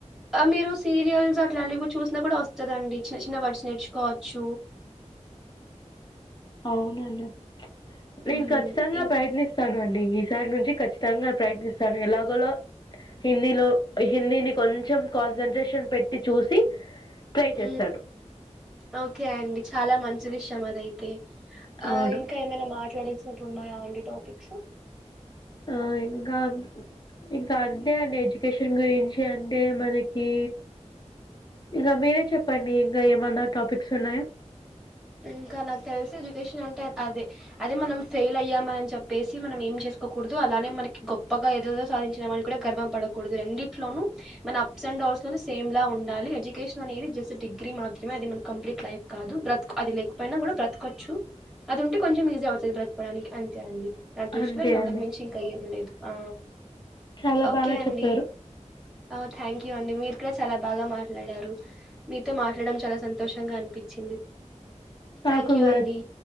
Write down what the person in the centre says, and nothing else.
మీరు సీరియల్స్ అట్లాంటివి చూసినా కూడా వస్తుందండి చిన్న చిన్న వర్డ్స్ నేర్చుకోవచ్చు
హ్మ్
ఇం
హు
ఓకే అండి చాలా మంచి విషయం అది అయితే ఆ
ఇంకా ఏమైనా మాట్లాడేసినట్టున్నాయా అండి టాపిక్స్
ఇంకా నాకు తెలిసి ఎడ్యుకేషన్ అంటే అదే అదే మనం ఫెయిల్ అయ్యాం అని చెప్పేసి మనం ఏం చేసుకోకూడదు అలానే మనకి గొప్పగా ఏదేదో సాధించా అని కూడా గర్వం పడకూడదు రెంట్లోనూ మన అప్స్ అండ్ డౌన్స్ లో సేమ్ లా ఉండాలి ఎడ్యుకేషన్ అనేది జస్ట్ డిగ్రీ మాత్రమే అది మన కంప్లీట్ లైఫ్ కాదు బ్ర అది లేకపోయినా కూడా బ్రతకవచ్చు అది ఉంటే కొంచెం ఈజీ అవుతుంది బ్రతకడానికి అంతే అండి నా దృష్టిలో
ఇంగ అంతకు
మించి ఇంకా ఏం లేదు ఆ
ఓకే
అండి
ఆ థ్యాంక్ యూ థాంక్యూ అండిమీరు కూడా చాలా బాగా మాట్లాడారు మీతో మాట్లాడడం చాలా సంతోషంగా అనిపించింది
థ్యాంక్ యూ
అండి